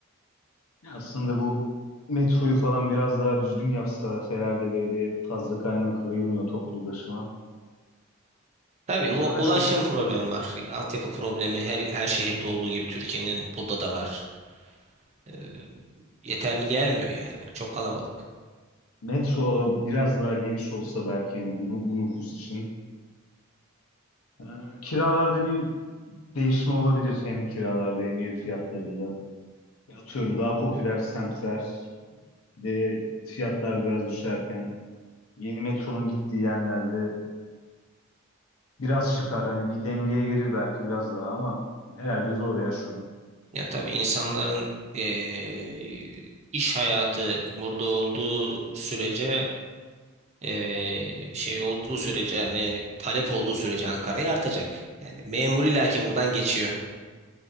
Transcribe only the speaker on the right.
Tabii
ula-
ulaşım
problemi var. Altyapı problemi her, her şehirde olduğu gibi Türkiye'nin burada da var. Ee, yeterli gelmiyor
yani. Çok kalabalık.
Ya tabii insanların eee, iş hayatı burada olduğu sürece eee, şey olduğu sürece yani talep olduğu sürece Ankara'ya artacak. Yani memur illa ki buradan geçiyor.